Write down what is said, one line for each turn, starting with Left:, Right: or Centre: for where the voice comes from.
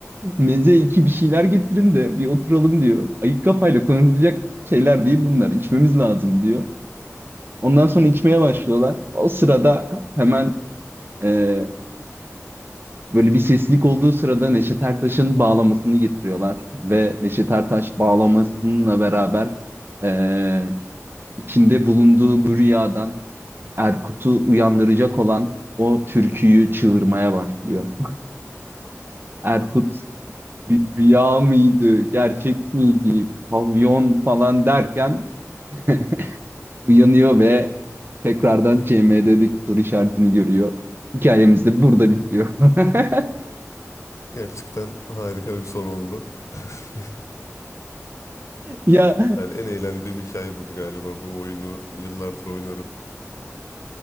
Right: meze iki bir şeyler getirin de bir oturalım diyor. Ayık kafayla konuşulacak şeyler değil bunlar. İçmemiz lazım diyor. Ondan sonra içmeye başlıyorlar. O sırada hemen e, böyle bir seslilik olduğu sırada Neşet Ertaş'ın bağlamasını getiriyorlar. Ve Neşet Ertaş bağlamasıyla beraber e, içinde bulunduğu bu rüyadan Erkut'u uyandıracak olan o türküyü çığırmaya başlıyor. Erkut bir rüya mıydı, gerçek miydi, pavyon falan derken <laughs> uyanıyor ve tekrardan CMD'deki soru işaretini görüyor. Hikayemiz de burada bitiyor. <laughs>
Left: Gerçekten harika bir son oldu. <laughs>
Right: Ya
Left: Yani en eğlendiğim hikaye buydu galiba. Bu oyunu yıllardır oynarım.